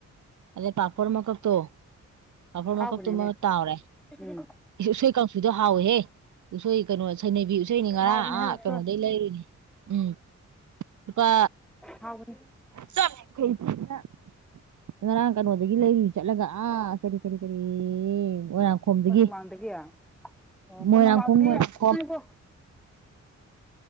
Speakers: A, on the right (about 75°); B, in the centre.
A: ꯑꯗꯩ ꯄꯥꯐꯣꯔ ꯃꯀꯛꯇꯣ ꯄꯥꯐꯣꯔ
B: ꯑꯍꯥꯎꯕꯅꯤꯅꯦ
A: ꯃꯀꯛꯇꯨ ꯑꯃ ꯇꯥꯎꯔꯦ
B: ꯎꯝ
A: ꯎꯁꯣꯏ ꯀꯥꯡꯁꯨꯗꯣ ꯍꯥꯎꯋꯦꯍꯦ ꯎꯁꯣꯏ ꯀꯩꯅꯣ ꯁꯩꯅꯕꯤ ꯏꯁꯩꯅꯤ ꯉꯔꯥꯡ
B: ꯍꯥꯎꯕꯅꯦꯍꯦ
A: ꯑꯥ
B: ꯎꯁꯣꯏ
A: ꯀꯩꯅꯣꯗꯩ ꯂꯩꯔꯨꯅꯦ ꯎꯝ ꯂꯨꯄꯥ
B: ꯍꯥꯎꯕꯅꯦ
A: ꯆꯃ <inaudible> ꯉꯔꯥꯡ ꯀꯩꯅꯣꯗꯒꯤ ꯂꯩꯔꯨꯏ ꯆꯠꯂꯒ ꯑꯥ ꯀꯔꯤ ꯀꯔꯤ-ꯀꯔꯤ ꯃꯣꯏꯔꯥꯡ ꯈꯣꯝꯗꯒꯤ
B: ꯀꯣꯅꯨꯡꯃꯥꯡꯗꯒꯤ ꯑꯣ
A: ꯃꯣꯏꯔꯥꯡꯈꯣꯝ
B: ꯀꯣꯅꯨꯡꯃꯥꯡꯗꯗꯤ
A: ꯃꯣꯏꯔꯥꯡꯈꯣꯝ
B: ꯉꯥꯏꯈꯣ